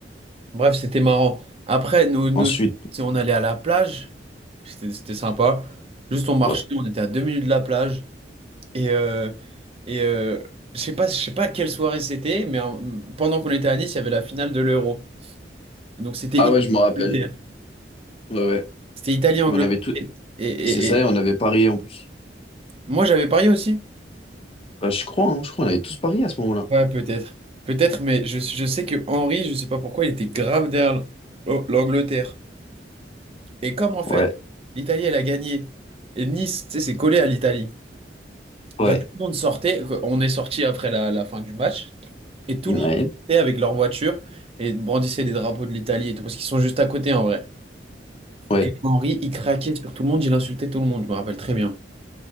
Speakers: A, on the right (about 35°); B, on the left (about 30°).
A: Bref, c'était marrant. Après, nous, nous,
B: Ensuite,
A: si on allait à la plage, c'était c'était sympa. Juste, on marchait,
B: ouais.
A: on était à deux minutes de la plage. Et, euh, et euh, je sais pas, je sais pas quelle soirée c'était, mais euh, pendant qu'on était à Nice, il y avait la finale de l'Euro. Donc, c'était
B: Ah
A: Italie-Angleterre.
B: ouais, je me rappelle. Ouais, ouais.
A: C'était Italie-Angleterre.
B: Et on avait tout.
A: Et, et,
B: C'est ça,
A: et-
B: et
A: et
B: on avait parié en plus.
A: moi, j'avais parié aussi.
B: Bah, je crois, hein, je crois, on avait tous parié à ce moment-là.
A: Ouais, peut-être. Peut-être, mais je, je sais que Henry, je sais pas pourquoi, il était grave derrière l'O- l'Angleterre. Et comme en fait,
B: Ouais,
A: l'Italie, elle a gagné, et Nice, tu sais, c'est collé à l'Italie,
B: ouais,
A: bah, tout le monde sortait, on est sorti après la, la fin du match, et tout
B: ouais,
A: le monde sortait avec leur voiture et brandissait des drapeaux de l'Italie et tout, parce qu'ils sont juste à côté en vrai.
B: ouais.
A: Et Henry, il craquait sur tout le monde, il insultait tout le monde, je me rappelle très bien.